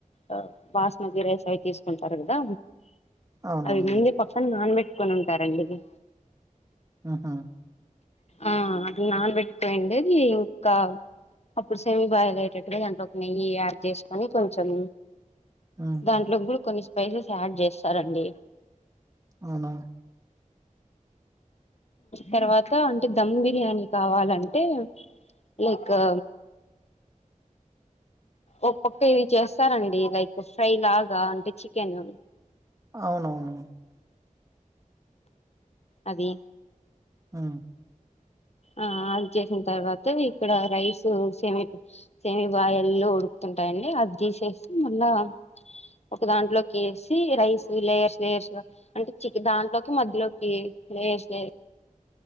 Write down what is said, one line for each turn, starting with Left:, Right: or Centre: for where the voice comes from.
Left: ఆ బాస్మతి రైస్ అవి తీసుకుంటారు కదా
Right: అవునవును
Left: అవి ముందే ప పక్కన నాన్బెట్టుకొని ఉంటారండి ఆది
Right: ఆహా
Left: ఆ అది నానబెట్టుకో <unintelligible> అప్పుడు సెమీ బాయిల్ అయ్యేటట్టుగ దాంట్లోకి నెయ్యి యాడ్ చేసుకొని కొంచెం
Right: ఆ
Left: దాంట్లో కూడ కొన్ని స్పైసెస్ యాడ్ చేస్తారండి
Right: అవునా
Left: తర్వాత అంటే దమ్ బిర్యానీ కావాలంటే. లైకు ఒ పక్క ఇది చేస్తారండి లైక్ ఫ్రై లాగ అంటే చికెన్
Right: అవునవును
Left: అది
Right: ఆ
Left: ఆ అది చేసిన తర్వాతే ఇక్కడ రైస్ సేమి ఇవి బాయల్ల్లో ఉడుకుతుంటాయండి అది తీసేస్తే మళ్ళా ఒక దాంట్లోకేసి రైస్నీ లేయర్స్ లేయర్స్గా అంటే చిక్ దాంట్లోకి మధ్యలోకి <unintelligible>